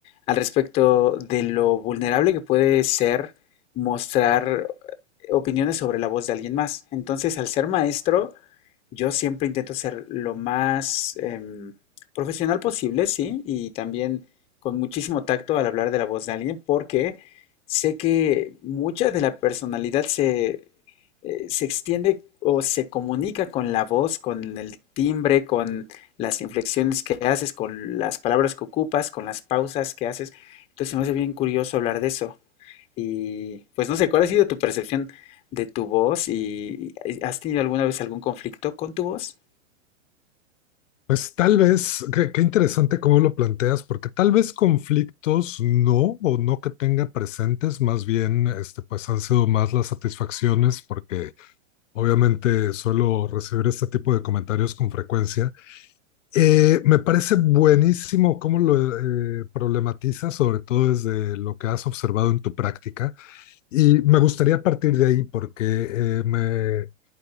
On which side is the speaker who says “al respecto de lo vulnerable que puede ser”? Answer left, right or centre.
Left